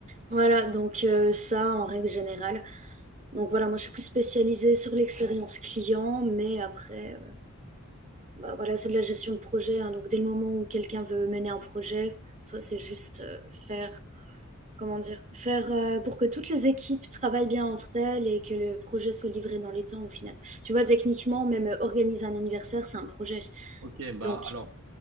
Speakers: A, on the right; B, on the right.
A: Voilà, donc euh, ça en règle générale. Donc voilà, moi je suis plus spécialisée sur l'expérience client, mais après, euh, bah, voilà, c'est de la gestion de projet. hein. donc dès le moment où quelqu'un veut mener un projet, toi c'est juste euh, faire, comment dire, faire euh, pour que toutes les équipes travaillent bien entre elles et que le projet soit livré dans les temps au final. Tu vois, techniquement, même euh, organiser un anniversaire, c'est un projet.
B: Ok, bah
A: Donc
B: alors,